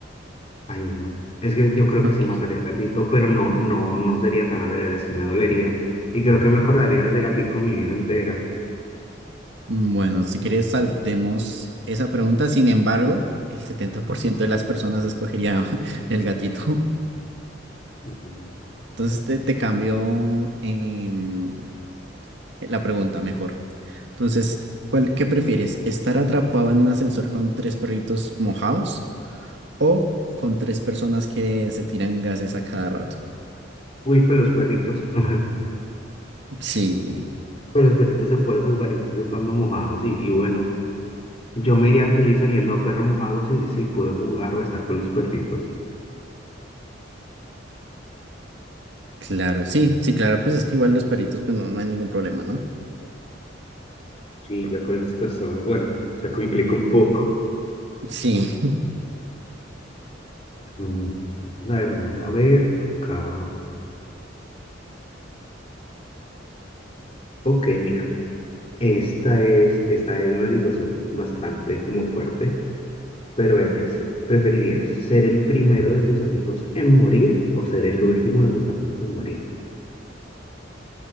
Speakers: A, on the left; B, on the right.
A: Ay, no. Es que yo creo
B: Ok.
A: que sí mataría al gatito, pero no, no, no sería tan adrede, sí me dolería. Y creo que me acordaría de ese gatito mi vida entera.
B: Mm, Bueno, si quieres saltemos esa pregunta. Sin embargo, el 70% de las personas escogería <laughs> el gatito.
A: Ay.
B: Entonces te, te cambio em, la pregunta mejor. Entonces, ¿cuál, qué prefieres? ¿Estar atrapado en un ascensor con tres perritos mojados o con tres personas que se tiran gases a cada rato?
A: Uy, con los perritos. <laughs>
B: Sí,
A: Con los perritos se puede jugar incluso estando mojados. Y, y bueno, yo me iría feliz oliendo a perro mojado si, si pude jugar o estar con los perritos.
B: claro, sí, sí, claro, pues es que igual los perritos, pues no, no hay ningún problema, ¿no?
A: Sí, ya con las personas. Bueno, se complica un poco.
B: Sí,
A: Mm, A ver, vamos a ver acá. Ok, mira. Esta es, esta es una situación bastante como fuerte. pero es, ¿preferirías ser el primero de tus amigos en morir o ser el último de tus amigos en morir?